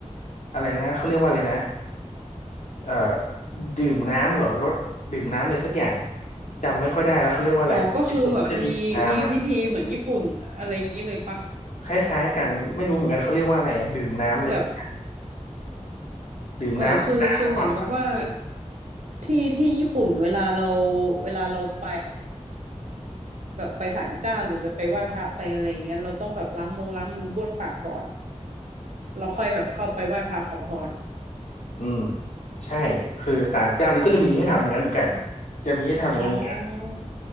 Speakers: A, on the left; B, on the right.
A: อะไรนะเขาเรียกว่าอะไรนะเอ่อดื่มน้ำเหรอรสดื่มน้ำอะไรสักอย่างจำไม่ค่อยได้แล้วเขาเรียกว่าอะไรแต่ญี่ปุ่นเขาจะมีดื่มน้ำอะ
B: อ๋อ ก็คือแบบมีมีพิธีเหมือนญี่ปุ่นอะไรอย่างนี้เลยปะ
A: คล้ายๆกันไม่รู้เหมือนกันเขาเรียกว่าอะไรอะดื่มน้ำอะไรสักอย่าง
B: แบบ
A: ดื่มน้ำรดน้ำทำความสะอาดมือ
B: เออคือ คือเหมือนกับว่าที่ที่ญี่ปุ่นเวลาเราเวลาเราไป แบบไปศาลเจ้าหรือจะไปไหว้พระไปอะไรอย่างเงี้ยเราต้องแบบล้างมงล้างมือบ้วนปากก่อนแล้วค่อยแบบเข้าไปไหว้พระขอพร
A: อืมใช่คือศาลเจ้านี้ก็จะมีให้ทำอย่างนั้นเหมือนกันจะมีให้ทำอย่างนั้นเหมือนกัน
B: อ๋อ